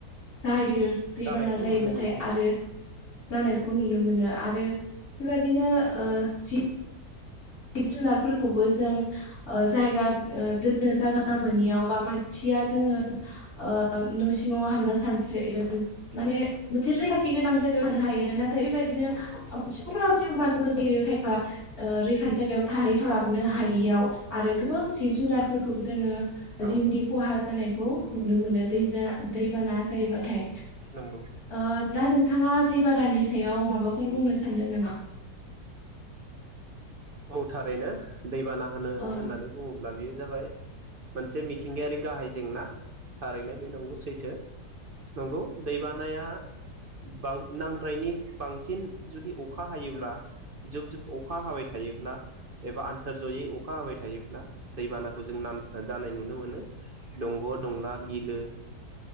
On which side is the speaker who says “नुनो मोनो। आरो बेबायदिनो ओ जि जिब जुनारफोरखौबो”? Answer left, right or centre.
Left